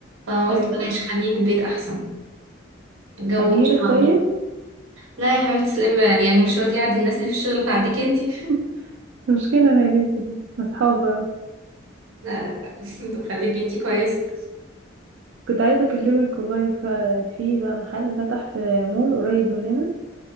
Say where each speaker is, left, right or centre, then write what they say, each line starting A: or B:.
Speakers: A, on the right (about 80°); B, on the right (about 60°).
A: فقلت
B: ايوه
A: بلاش خليني في البيت احسن الجو
B: اجيلك
A: وحش لوحده
B: طيب
A: لا يا حبيبتي تسلمي بقى، يعني مش راضية اعدي الناس اللي في الشغل فاعديك انتي
B: <laughs>
A: <laughs>
B: مشكلة أنا يا بنتي أصحاب بقى.
A: لا لا لا <laughs> خليكي انتي كويسة
B: كنت عايزة أكلمك والله ف- في بقى محل فتح في مول قريب مننا